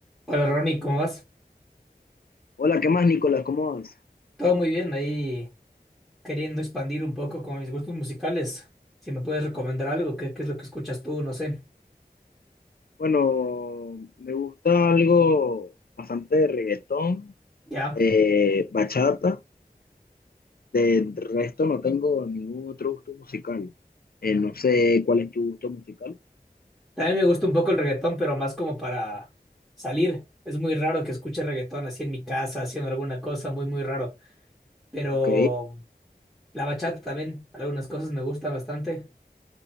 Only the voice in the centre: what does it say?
Hola Ronnie, ¿cómo vas?
Todo muy bien, ahí queriendo expandir un poco con mis gustos musicales. Si me puedes recomendar algo, ¿qué, qué es lo que escuchas tú? No sé.
Ya.
También me gusta un poco el reggaetón, pero más como para salir. Es muy raro que escuche reggaetón así en mi casa, haciendo alguna cosa, muy, muy raro. Pero
la bachata también, algunas cosas me gustan bastante.